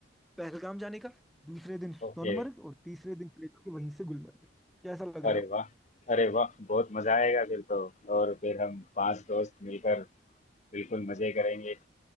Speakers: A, in the centre; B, on the left.
A: पहलगाम जाने का दूसरे दिन
B: ओके
A: सोनमर्ग और तीसरे दिन चले जाएंगे वहीं से गुलमर्ग कैसा लग रहा
B: अरे
A: है
B: वाह अरे वाह बहुत मजा आएगा फिर तो और फिर हम पांच दोस्त मिलकर बिल्कुल मजे करेंगे